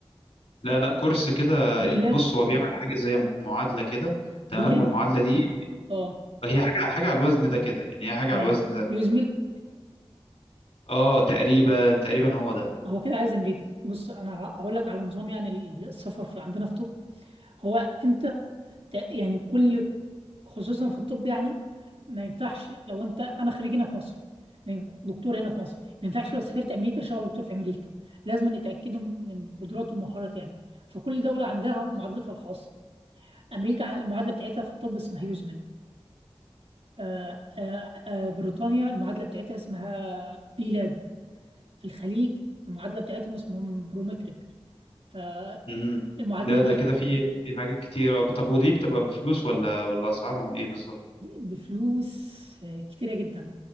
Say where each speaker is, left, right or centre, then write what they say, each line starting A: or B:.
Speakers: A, on the left (about 90°); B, on the right (about 80°).
A: لا لا كورس كده
B: بيلاب
A: بص هو بيعمل حاجة زي معادلة كده تمام
B: بيلاب
A: والمعادلة دي
B: اه
A: هي حاجة حاجة على الوزن ده كده يعني هي حاجة
B: تمام
A: على الوزن ده
B: يزمل
A: اه تقريبا تقريبا هو ده
B: هو كده عايز امريكا بص انا هقول لك على نظام يعني السفر في عندنا في طب هو انت ت- يعني كل خصوصا في الطب يعني ما ينفعش لو انت انا خريج هنا في مصر ما ينف- دكتور هنا في مصر ما ينفعش لو سافرت امريكا اشتغل دكتور في امريكا لازم يتاكدوا من قدراته ومهارات يعني فكل دوله عندها معادلتها الخاصه امريكا ع- المعادله بتاعتها في الطب اسمها يزمل آه، آه، آه، بريطانيا المعادله بتاعتها اسمها بي لاب الخليج المعادلة بتاعتهم اسمهم برومتريك فالمعادلة
A: امم ده
B: دي
A: ده كده في في حاجات كتير آه، طب ودي بتبقى بفلوس ولا ولا اسعارهم ايه بالظبط
B: بفلوس كتيرة جدا